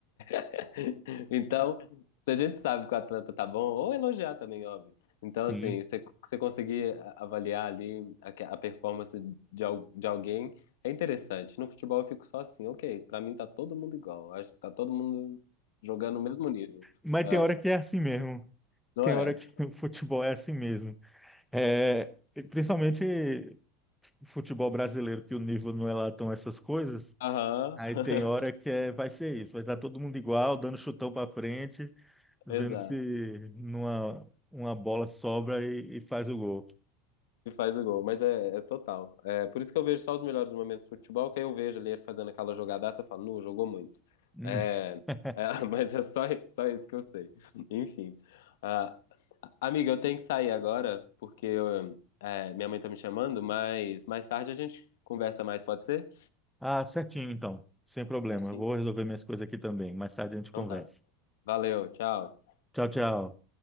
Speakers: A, on the left; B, in the centre.
A: <laughs> Então, se a gente sabe que o atleta tá bom, ou elogiar também, óbvio. Então,
B: sim.
A: assim, você, você conseguir a- avaliar ali a, que- a performance de, al- de alguém é interessante. No futebol eu fico só assim, ok, pra mim tá todo mundo igual. Acho que tá todo mundo jogando no mesmo nível.
B: Mas
A: Ah,
B: tem hora que é assim mesmo.
A: não
B: Tem
A: é?
B: hora que <laughs> o futebol é assim mesmo. É, principalmente futebol brasileiro, que o nível não é lá tão essas coisas.
A: Aham,
B: Aí
A: <laughs>
B: tem hora que é, vai ser isso, vai estar todo mundo igual, dando chutão para frente, vendo
A: exato.
B: se numa, uma bola sobra e, e faz o gol.
A: E faz o gol, mas é, é total. É, por isso que eu vejo só os melhores momentos do futebol, que aí eu vejo ali ele fazendo aquela jogadaça, eu falo, não, jogou muito.
B: Hum.
A: É,
B: <laughs>
A: é, <laughs> mas é só, só isso que eu sei. <laughs> Enfim. Ah, amiga, eu tenho que sair agora, porque eu, é, minha mãe tá me chamando, mas mais tarde a gente conversa mais, pode ser?
B: Ah, certinho então, sem problema.
A: Certinho?
B: Eu vou resolver minhas coisas aqui também. Mais tarde a gente
A: Então
B: conversa.
A: tá. Valeu, tchau.
B: Tchau, tchau.